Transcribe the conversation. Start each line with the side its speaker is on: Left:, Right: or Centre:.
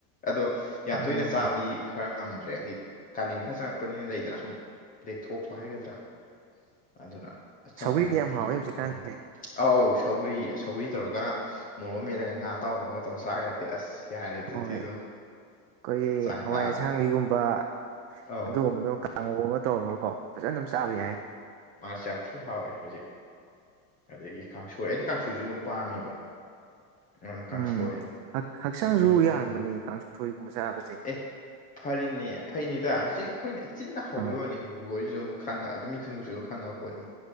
Left: ꯑꯗꯣ ꯌꯥꯝ
Right: ꯎꯝ
Left: ꯇꯣꯏꯅ ꯆꯥꯕꯒꯤ ꯈꯔ ꯉꯝꯗ꯭ꯔꯦ ꯍꯥꯏꯗꯤ ꯀꯥꯂꯦꯟ ꯈꯔ ꯆꯪꯉꯛꯄꯅꯤꯅ ꯂꯩꯗꯅ ꯁꯨꯝ ꯂꯦꯛꯊꯣꯛꯄ ꯍꯥꯏꯒꯗ꯭ꯔꯥ ꯑꯗꯨꯅ ꯑꯆꯝꯕꯅꯕꯨꯗꯤ
Right: ꯁꯧꯒꯔꯤꯗꯤ ꯌꯥꯝ ꯍꯥꯎꯋꯦ ꯍꯧꯖꯤꯛꯀꯥꯟꯁꯦ
Left: ꯄꯥꯝꯃꯤ ꯑꯧ ꯁꯧꯒ꯭ꯔꯤ ꯁꯧꯒ꯭ꯔꯤ ꯇꯧꯔꯒ ꯃꯣꯔꯣꯛ ꯑꯃ ꯃꯠꯂꯥꯒ ꯉꯥ ꯑꯇꯥꯎꯕ ꯑꯃ ꯇꯧꯔꯒ ꯆꯥꯈ꯭ꯔꯗꯤ ꯑꯁ ꯌꯥꯔꯦ ꯑꯗꯨꯗꯤ
Right: ꯍꯣꯏ ꯑꯩꯈꯣꯏꯒꯤ
Left: ꯑꯗꯨꯝ ꯆꯥꯡ
Right: ꯍꯋꯥꯏ
Left: ꯇꯥꯗ꯭ꯔꯦ
Right: ꯑꯁꯥꯡꯕꯤꯒꯨꯝꯕ
Left: ꯑꯧ
Right: ꯑꯗꯨ ꯀꯥꯡꯉꯧ ꯑꯃ ꯇꯧꯔꯒꯀꯣ ꯐꯖꯅ ꯑꯗꯨꯝ ꯆꯥꯕ ꯌꯥꯏ
Left: ꯃꯥꯁꯦ ꯌꯥꯝ ꯊꯤ ꯍꯥꯎꯋꯦ ꯍꯧꯖꯤꯛ ꯑꯗꯒꯤ ꯀꯥꯡꯁꯣꯏ ꯑꯩꯗꯤ ꯀꯥꯡꯁꯣꯏꯁꯨ ꯑꯗꯨꯝ ꯄꯥꯝꯃꯦꯕ ꯑꯗꯨꯅ ꯀꯥꯡꯁꯣꯏ
Right: ꯎꯝ ꯍꯛꯆꯥꯡꯁꯨ
Left: ꯀꯥꯡꯁꯣꯏꯁꯨ ꯑꯗꯨꯝ
Right: ꯌꯥꯡꯕꯅꯤ
Left: ꯍꯥꯎ
Right: ꯀꯥꯡꯁꯣꯏ ꯒꯨꯝꯕ ꯆꯥꯕꯁꯦ
Left: ꯑꯦ ꯐꯔꯤꯅꯦ ꯐꯩꯅꯤꯗ ꯍꯧꯛ ꯑꯩꯈꯣꯏꯅ ꯆꯤꯟꯅ ꯍꯥꯎꯕꯩ
Right: ꯎꯝ
Left: ꯋꯥꯅꯤ ꯒꯣꯏꯁꯤꯁꯨ ꯑꯗꯨꯝ ꯈꯪꯉ ꯑꯗꯨ ꯃꯤ ꯈꯨꯗꯤꯡꯃꯛꯁꯨ ꯈꯪꯉꯕ ꯄꯣꯠꯅꯤ